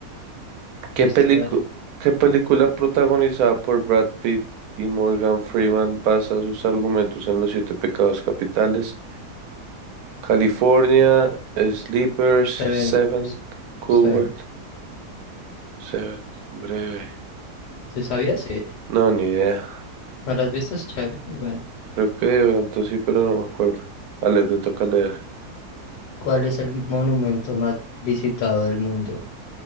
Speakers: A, on the right; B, on the left.
A: ¿Qué
B: listo,
A: pelicu-
B: dale.
A: qué película protagonizada por Brad Pitt y Morgan Freeman basa sus argumentos en los siete pecados capitales? California, Sleepers,
B: Se ven,
A: Seven,
B: s-
A: Cool
B: se
A: World,
B: ven.
A: Seven, breve,
B: ¿Sí sabías? Sí.
A: no, ni idea.
B: ¿No las has visto? Es chévere, es bueno.
A: Creo que de pronto sí, pero no me acuerdo. Ale, te toca leer.
B: ¿Cuál es el monumento más visitado del mundo?